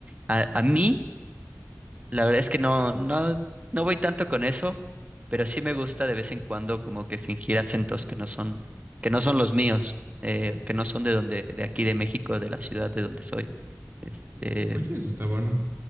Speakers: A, on the right; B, on the right.
A: A, a mí, la verdad es que no, no, no voy tanto con eso, pero sí me gusta de vez en cuando como que fingir acentos que no son, que no son los míos, eh, que no son de donde, de aquí de México, de la ciudad de donde soy. Este,
B: Oye, eso está bueno.